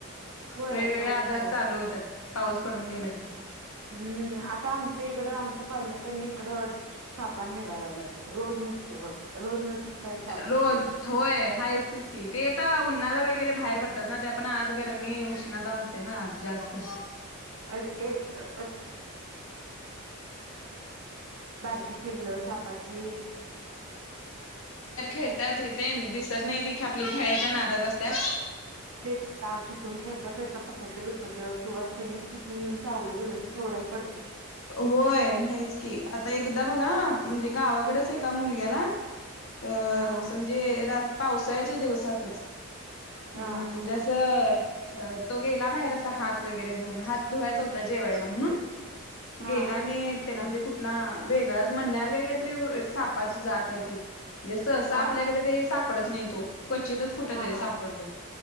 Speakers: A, on the right (about 85°); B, on the left (about 65°).
A: होय
B: वेगवेगळे
A: तेवढं
B: आजार
A: खरं
B: चालू होतात. पाऊस पडून गेला की,
A: हम्म आता आमच्या इकडं आमच्या कॉलनीत इकडं सापान निघायला लागला रोज निघतो बघ रोज न चुकता एक साप दिसतोयच
B: रोज होय हायच की ते येत उन्हाला बाै वगैरे बाहेर पडतात ना त्या पण आत गरमी उष्णता होते ना जास्त
A: <unintelligible> बारकी पिल्ल सापाची
B: ेतात हे दिसत नाही. आपल्या
A: तेच
B: खेळायच्या
A: की
B: नादात असत. त्या
A: तेच काव चुकून ख्या ता पकडलं बिकडलं किंवा त्यांनी चुकून येऊन चावलं बिवलं तर केवड्याला पडते.
B: होय नाहीच की आता एकदा बघा म्हणजे गावाकडेच ए मुलग्याला अ म्हमजेात
A: हा
B: पावसाळ्याच्या दिवस सातच.
A: हा
B: हम्म जैसे अ तो गेला बाहेर असा हात वगैरे धुवन हात धुवायचा होता जेवायला म्हणून
A: हा
B: गेला आणि त्याला म्हणजे कुठला वेगळाच म्हणणार काय काही तरी सापाची जात आहे ती जसं
A: हा
B: आपल्याकडे ते पडत नाही तो क्वचितच कुठ
A: हा
B: तरी
A: हा
B: सापडतो